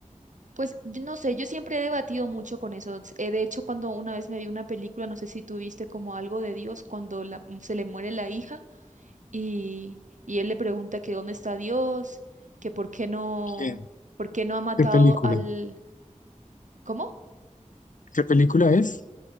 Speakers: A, on the right; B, on the left.
A: pues yo no sé, yo siempre he debatido mucho con eso. S- eh, de hecho, cuando una vez me vi una película, no sé si tú viste como algo de Dios, cuando la- se le muere la hija. y, y él le pregunta que dónde está Dios, que por qué no,
B: Bien.
A: por qué no ha matado
B: ¿Qué película?
A: al, ¿cómo?
B: ¿Qué película es?